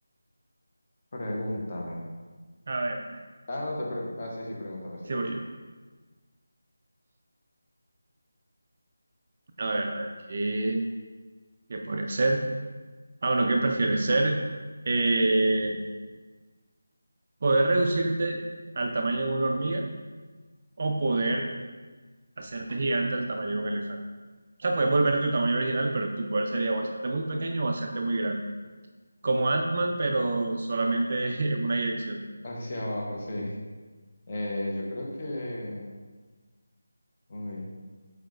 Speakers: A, on the left; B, on the right.
A: pregúntame.
B: A ver,
A: Ah, no, te pre- ah, sí, sí, pregúntame, sí.
B: sí voy yo. A ver, a ver, ¿qué, qué podría ser? Ah, bueno, ¿qué prefieres ser? Eh, ¿poder reducirte al tamaño de una hormiga o poder hacerte gigante al tamaño de un elefante? O sea, puedes volver a tu tamaño original, pero tu poder sería o hacerte muy pequeño o hacerte muy grande. Como Ant-Man, pero solamente <laughs> en una dirección.
A: <laughs> Hacia abajo, sí. Eh, yo creo que, uy,